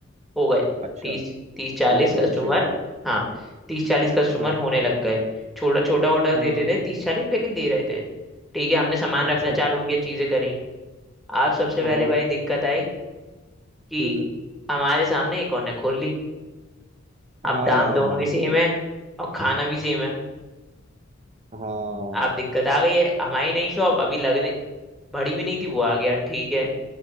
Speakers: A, in the centre; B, on the right (about 35°).
A: हो गए
B: अच्छा
A: तीस तीस चालीस
B: ये तो बहुत
A: कस्टमर
B: अच्छी बात है
A: हाँ तीस चालीस कस्टमर
B: हाँ
A: होने लग गए छोटा छोटा ऑर्डर
B: हाँ
A: देते
B: हाँ
A: थे तीस चालीस लेकिन दे रहे थे ठीक है हमने सामान
B: अच्छा
A: रखना चालू किया चीजें करी अब सबसे
B: हाँ
A: पहले भाई दिक्कत आई कि
B: हम्म
A: हमारे सामने एक और ने खोल ली अब
B: हाँ
A: दाम हम्म दोनों के सेम है और खाना भी सेम है
B: हाँ
A: अब दिक्कत आ गई है हमारी नई शॉप अभी लगने भरी भी नहीं थी वो आ गया ठीक है